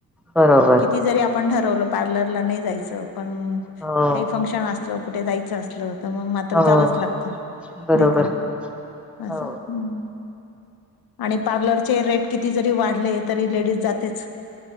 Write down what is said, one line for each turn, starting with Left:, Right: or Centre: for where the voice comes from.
Centre: बरोबर.
Left: की जरी आपण ठरवलं पार्लरला नाही जायचं पण
Centre: हो
Left: काही फंक्शन असलं कुठे जायचं असलं तर मग मात्र
Centre: हो
Left: जावंच लागत
Centre: बरोबर
Left: नाही का. असं
Centre: हो
Left: हम्म आणि पार्लरचे रेट किती जरी वाढले तरी लेडीज जातेच.